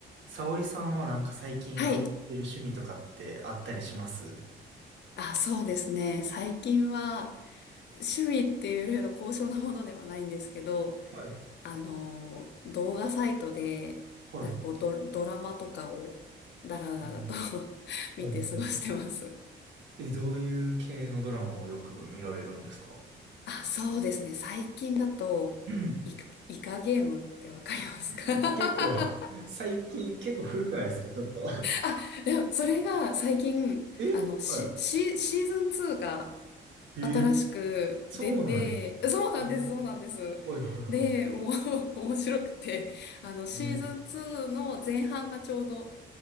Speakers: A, on the right; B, on the left.
A: 沙織さんはなんか最近ハマってる趣味とかってあったりします
B: はい。あ、そうですね。最近は趣味っていうよりの高尚なものではないんですけど、
A: はい、
B: あの、動画サイトで、
A: はい、
B: なんかこうド、
A: はい、
B: ドラマとかをダラダラと
A: うん。
B: <laughs> 見て過ごしてます。
A: はい。はいはいえ、どういう系のドラマをよく見られるんですか
B: あ、そうですね。最近だと、
A: うん
B: イカ、イカゲームってわかりますか
A: <clears throat> <laughs>
B: <laughs>
A: 結構、最近結構古くないですかちょっと。
B: あ、でもそれが最近、
A: <laughs> えは
B: あの、シ、シシーズン2が
A: い。えー、
B: 新しく出て、
A: そうなんや。
B: そうなんです、
A: えー、
B: そうなんです。
A: はい、はい、は
B: で、もう <laughs> 面白くて、あの、シーズン2の前半がちょうど
A: い。えー、